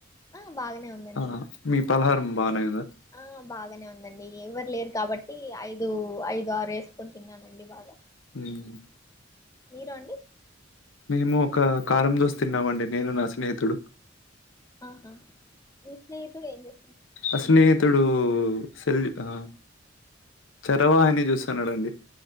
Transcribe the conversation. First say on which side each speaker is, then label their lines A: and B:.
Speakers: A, on the left; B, on the left.
A: ఆ బాగానే ఉందండి
B: ఆ మీ పలహారం బానేందా
A: ఆ బాగానే ఉందండి ఎవరు లేరు కాబట్టి ఐదు ఐదు ఆరు వేసుకొని తిన్నానండి బాగా
B: హ్మ్మ్
A: మీరు అండి
B: మేము ఒక కారం దోశ తిన్నామండి నేను నా స్నేహితుడు
A: ఆహా మీ స్నేహితుడు ఏం చే
B: అ స్నేహితుడు సెల్ ఆ చరవహిని చూస్తున్నాడంండి